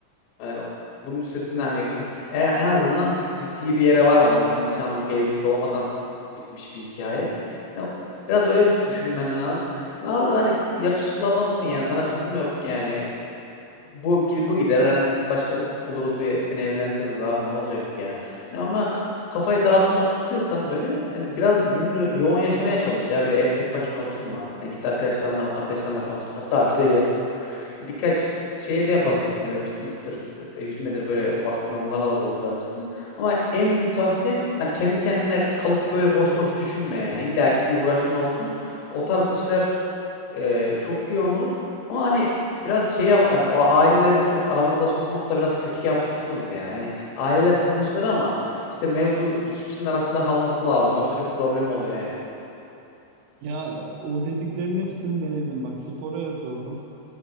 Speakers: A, on the left (about 75°); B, on the right (about 80°).
A: Yani bunun üstesinden hani en, en azından ciddi bir yere varmadan işte nişanlık, evlilik olmadan bitmiş bir hikaye. Ya biraz öyle düşünmen lazım. Ve abi hani yakışıklı adamsın yani sana kız mı yok yani. Bu bu gider hani başka bu- buluruz bir seni evlendiririz abi ne olacak ya. Hani ama kafayı dağıtmak istiyorsan böyle hani biraz gününü yoğun yaşamaya çalış ya böyle evde tek başına oturma. Yani git arkadaşlarınla arkadaşlarınla falan otur. Hatta bize gel. Birkaç şeye
B: <laughs>
A: de yapabilirsin böyle fitness'tır, e, yüzmedir böyle vaktini onlarla da doldurabilirsin. Ama en büyük tavsiyem hani kendi kendine kalıp böyle boş boş düşünme yani. İlla ki bir uğraşın olsun. O tarz işler e, çok yoğun olur. Ama hani biraz şeye hani o aileleri çok aranıza sokmak da biraz kötü yapmışsınız ya. Yani aileler tanışılır ama işte mevzu iki kişinin arasında kalması lazım. Yoksa çok problem oluyor yani.
B: Ya o dediklerin hepsini denedim. Bak spora yazıldım.